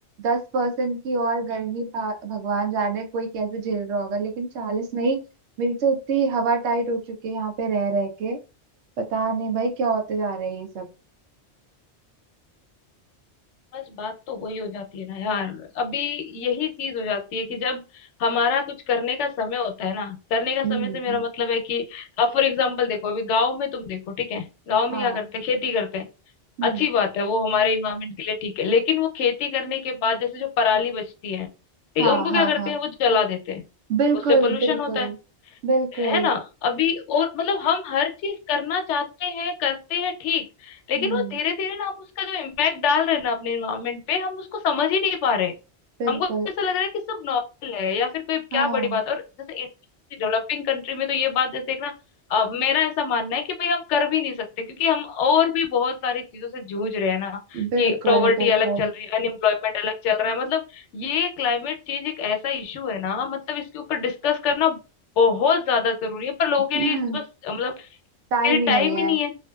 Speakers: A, on the right; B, on the left.
A: दस परसेंट की और गर्मी
B: हम्म
A: भा- भगवान जाने कोई कैसे झेल रहा होगा लेकिन चालीस में ही मेरी तो इतनी हवा टाइट हो चुकी है यहाँ पे रह रह के पता नहीं भाई क्या होते जा रहा है ये सब
B: बस बात तो वही हो जाती है ना यार अभी यही चीज हो जाती है कि जब हमारा कुछ करने का समय होता है ना करने का समय
A: हम्म हम्म
B: से मेरा
A: हम्म।
B: मतलब है कि अब फॉर एग्जाम्पल देखो अभी गांव में तुम देखो ठीक है गांव में
A: हाँ
B: क्या करते हैं खेती करते हैं
A: हम्म
B: अच्छी बात है वो हमारे इन्वायरमेंट के लिए ठीक है लेकिन वो खेती करने के बाद जैसे जो पराली बचती है ठीक
A: हाँ
B: है उनको
A: हाँ
B: क्या करते
A: हाँ
B: हैं वो जला देते हैं
A: बिल्कुल
B: उससे पोल्यूशन
A: बिल्कुल
B: होता है
A: बिल्कुल
B: है ना अभी और मतलब हम हर चीज करना चाहते हैं करते हैं ठीक लेकिन
A: हम्म
B: वो धीरे धीरे ना हम उसका जो इम्पैक्ट डाल रहे हैं ना अपने इन्वायरमेंट पे हम उसको समझ ही नहीं पा रहे
A: बिल्कुल
B: हमको ऐसा लग रहा है कि सब नॉर्मल है या फिर कोई
A: हाँ
B: क्या बड़ी बात है। और जैसे डेवलपिंग कंट्री में तो ये बात जैसे एक ना अ, मेरा ऐसा मानना है कि भाई हम कर भी नहीं सकते क्योंकि हम और भी बहुत सारी चीजों से जूझ रहे हैं ना
A: बिल्कुल
B: कि प्रॉवर्टी
A: बिल्कुल
B: अलग चल रही है अनएम्प्लॉयमेंट अलग चल रहा है मतलब ये क्लाइमेट चेंज एक ऐसा इशू है ना मतलब इसके ऊपर डिस्कस करना बहुत ज्यादा जरूरी है पर लोगों के
A: हम्म
B: लिए इसके पास मतलब के
A: टाइम
B: लिए
A: ही नहीं
B: टाइम
A: है
B: ही नहीं है